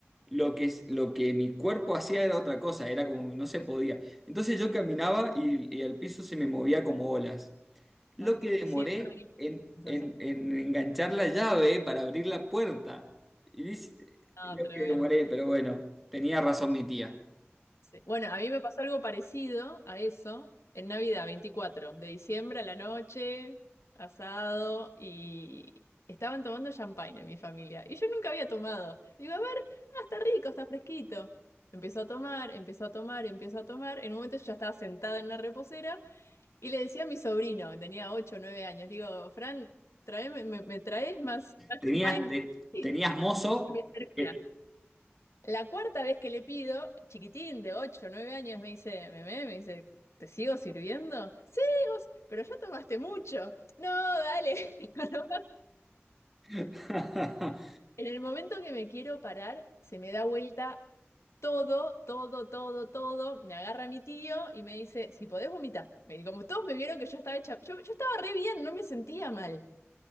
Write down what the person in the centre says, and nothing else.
Lo que, es- lo que mi cuerpo hacía era otra cosa, era como no se podía. Entonces yo caminaba y, y el piso se me movía como olas. Lo
que
demoré
en,
en- en enganchar la llave para abrir la puerta. Y dice,
lo
que demoré, pero bueno, tenía razón mi tía.
Tenías,
te-
tenías mozo.
que-
<laughs>